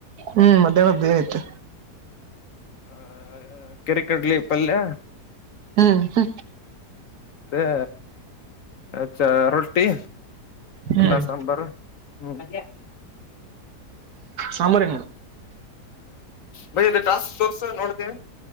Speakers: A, on the right; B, on the left.
A: ಹ್ಮ್ ಮಧ್ಯಾಹ್ನದ್ದ ಏನಾಯತ್ತು
B: ಆ ಕೆರೆ ಕಡ್ಲಿ ಪಲ್ಯ
A: ಹ್ಮ್ ಹ್ಮ
B: ಹ ಅಾ ರೊಟ್ಟಿ
A: ಹ್ಮ್
B: ಅನ್ನ ಸಾಂಬಾರ ಹ್ಮ ಅದ
A: ಸಾಮ್ರ
B: ಬಯ ಅದ ಟಾಸ್ಕ್ ಫೋರ್ಸ್ ನೋಡ್ತೇವಿ